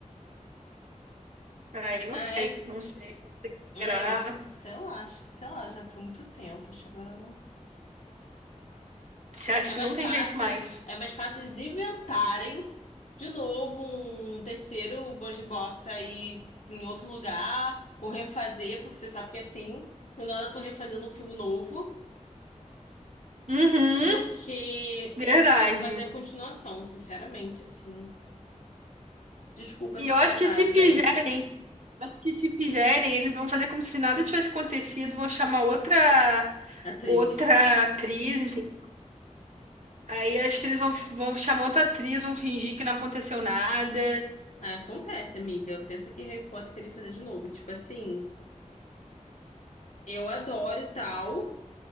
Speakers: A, on the right; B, on the left.
A: Aí não
B: Ah,
A: sei,
B: é?
A: não sei considerar.
B: Ah, eu acho que, sei lá, acho que, sei lá, já foi muito tempo. Acho que agora não.
A: Você acha
B: É
A: que
B: mais
A: não
B: fácil,
A: tem jeito mais?
B: é mais fácil eles inventarem de novo um terceiro Bungee Box aí em outro lugar, ou refazer, porque você sabe que é assim, e na hora eu tô refazendo um filme novo,
A: Uhum,
B: do que
A: verdade.
B: fazer a continuação, sinceramente, assim. Desculpa
A: E
B: a sinceridade,
A: eu acho que se
B: bem,
A: fizerem, eu acho que se fizerem, eles vão fazer como se nada tivesse acontecido, vão chamar outra
B: atriz.
A: outra atriz, entende? Aí acho que eles vão, vão chamar outra atriz, vão fingir que não aconteceu nada.
B: Ah, acontece, amiga. Pensa que Harry Potter queria fazer de novo. Tipo assim, eu adoro e tal.